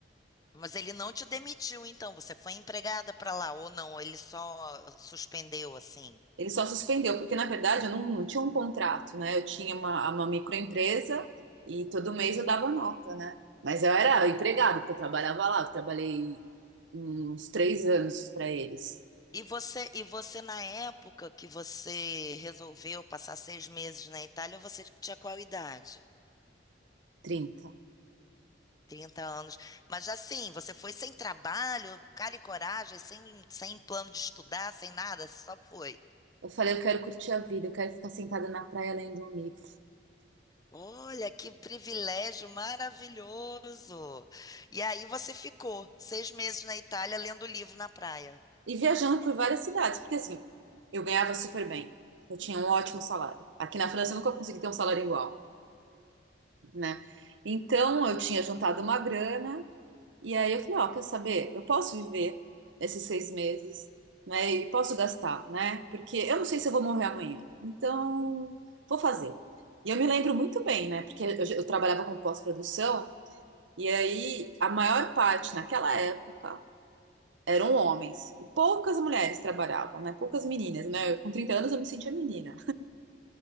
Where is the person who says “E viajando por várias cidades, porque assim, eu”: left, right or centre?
Right